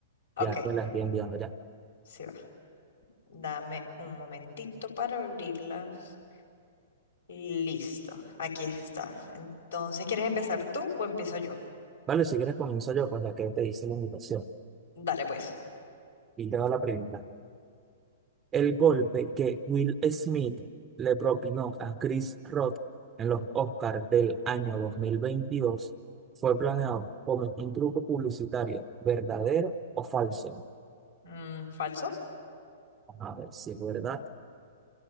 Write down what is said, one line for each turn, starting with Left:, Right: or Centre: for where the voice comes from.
Left: Ok,
Right: Ya te las estoy enviando ya.
Left: sí va. Dame un momentito para abrirlas. Listo, aquí está. Entonces, ¿quieres empezar tú o empiezo yo?
Right: Vale, si quieres comienzo yo, pues ya que te hice la invitación.
Left: Dale, pues.
Right: Y te doy la primera. El golpe que Will Smith le propinó a Chris Rock en los Oscars del año 2022 fue planeado como un truco publicitario, verdadero o falso.
Left: Mm, ¿falso?
Right: A ver si es verdad,